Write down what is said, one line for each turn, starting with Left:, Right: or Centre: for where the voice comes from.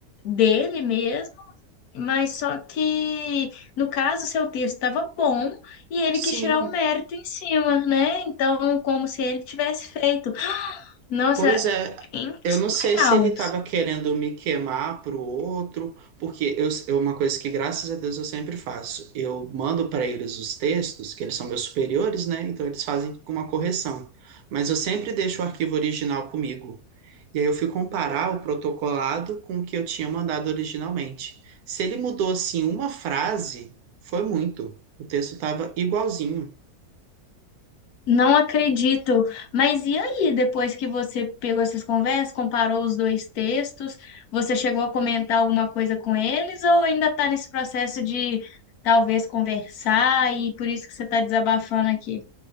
Left: dele mesmo Mas só que, no caso, seu texto estava bom e ele
Right: Sim,
Left: quis tirar o mérito em cima, né? Então, como se ele tivesse feito. Nossa,
Right: Pois é,
Left: em-
Right: eu
Left: surreal.
Right: não sei se ele estava querendo me queimar pro outro, porque eu, eu- uma coisa que graças a Deus eu sempre faço, eu mando para eles os textos, que eles são meus superiores, né? Então eles fazem com uma correção. Mas eu sempre deixo o arquivo original comigo. E aí eu fui comparar o protocolado com o que eu tinha mandado originalmente. Se ele mudou assim uma frase, foi muito. O texto estava igualzinho.
Left: Não acredito. Mas e aí, depois que você pegou essas conversas, comparou os dois textos, você chegou a comentar alguma coisa com eles ou ainda está nesse processo de talvez conversar e por isso que você está desabafando aqui?